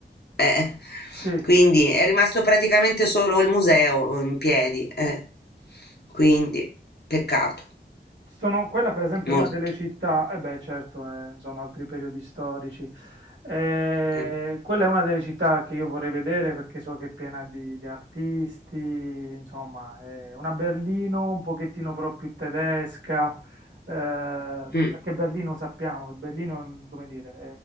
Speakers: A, on the left (about 60°); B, on the right (about 85°).
A: Eh,
B: sì.
A: quindi è rimasto praticamente solo il museo in piedi. eh. Quindi, peccato,
B: Sono, quella per esempio
A: molto.
B: è una delle città, e beh certo, eh, insomma altri periodi storici, Eh,
A: eh.
B: quella è una delle città che io vorrei vedere perché so che è piena di, di artisti, insomma è una Berlino un pochettino però più tedesca, eh, perché
A: Mm.
B: Berlino sappiamo, Berlino come dire,